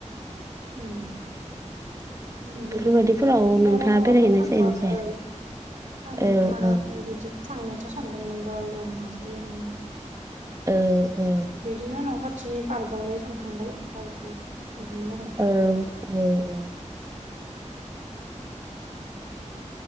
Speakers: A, on the right; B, on the right.
A: उम। बिदि
B: बेफोरबायदिफोराव
A: सखि दारागावावथ'
B: नोंथाङा बेरायहैनाय
A: थांथ'आखै।
B: जायोना जाया?
A: थांथाराखै
B: औ औ
A: बिदि थांनोथ' सानदोंमोन र' एबार नाजायो नायनिसै।
B: औ औ
A: बिदिनो न' खाथिनि पार्कआवलाय थांखांबाय पार्कआव थांदोंमोन आरो।
B: औ औ औ।